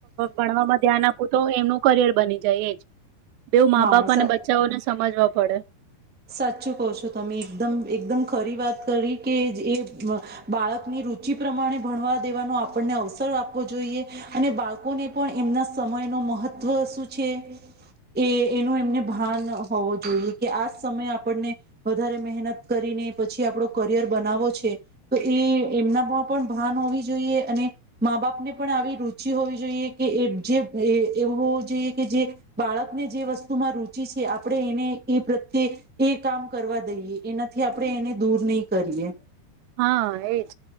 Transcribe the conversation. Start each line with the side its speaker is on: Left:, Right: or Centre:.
Right: ભણવામાં ધ્યાન આપવું તો એમનું કરિયર બની જાય એજ બેવ મા
Centre: હા
Right: બાપ
Centre: સ
Right: અને બચાઓને સમજવા પડે.
Centre: સાચું કહ છો તમે એકદમ એકદમ ખરી વાત કરી કે એ, બાળકની રુચિ પ્રમાણે ભણવા દેવાનો આપણને અવસર આપવો જોઈએ, અને બાળકોને પણ એમના સમય ન મહત્ત્વ શું છે એ એનું એમને ભાન હોવો જોઈએ કે આ સમય આપણને, વધારે મહેનત કરીને પછી આપણો કરિયર બનાવો છે, તો એ એમનામાં પણ ભાન હોવી જોઈએ, અને મા બાપ ને પણ આવી રુચિ હોવી જોઈએ કે જે એવું હોવું જોઈએ કે જે બાળકને જે વસ્તુમાં રુચિ છે આપણે એને એ એ કામ કરવા દઈએ એનાથી આપણે એને દૂર નહીં કરીએ.
Right: હા એજ.